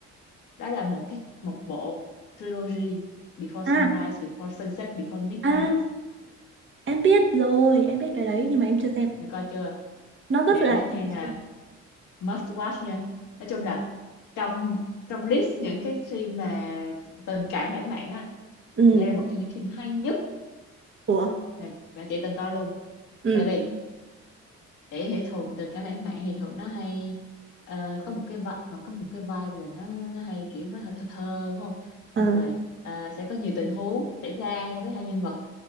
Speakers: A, on the left (about 85°); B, on the right (about 40°).
A: đó là một cái một bộ trilogy Before Sunrise
B: à
A: Before Sunset Before Midnight
B: à em biết rồi em biết cái đấy nhưng mà em chưa xem
A: nè coi chưa
B: nó rất
A: nè
B: là
A: nó nghe
B: <laughs>
A: là must watch nha nói chung là trong trong list những cái phim mà tình cảm lãng mạn á
B: ừ
A: thì đây là một trong những phim hay nhất
B: ủa
A: mà, mà chị từng coi luôn
B: ừ
A: tại vì để hệ thường tình cảm lãng mạn thì thường nó hay ờ, có một cái vibe có một cái vibe là nó nó hay kiểu nó hơi thơ thơ đúng không
B: ờ
A: xong rồi ờ, sẽ có nhiều tình huống xảy ra với hai nhân vật